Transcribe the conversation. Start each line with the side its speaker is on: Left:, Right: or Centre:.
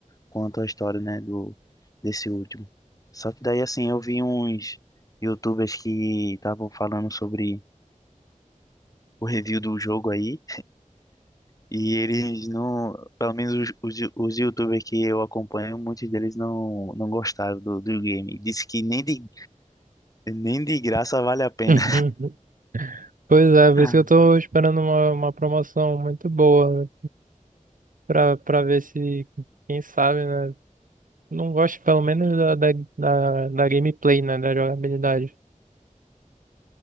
Left: quanto a história, né, do desse último. Só que daí assim, eu vi uns YouTubers que estavam falando sobre o review do jogo aí, e eles não, pelo menos os, os, os YouTubers que eu acompanho, muitos deles não, não gostaram do, do game. Disse que nem de, nem de graça vale a pena.
Right: <laughs> Pois é, por
Left: <laughs>
Right: isso que eu tô esperando uma, uma promoção muito boa pra, pra ver se, quem sabe, né? Não gosto pelo menos da, da, da, da gameplay, né? Da jogabilidade.